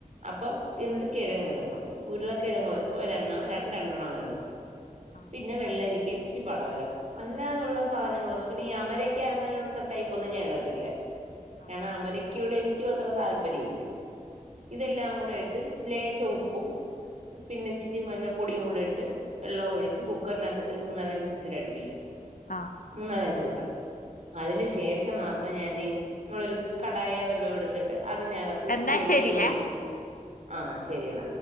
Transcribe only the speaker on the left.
ആഹ്
ആഹ്
അതെ
ആഹ്
എന്നാ
ശരിയേ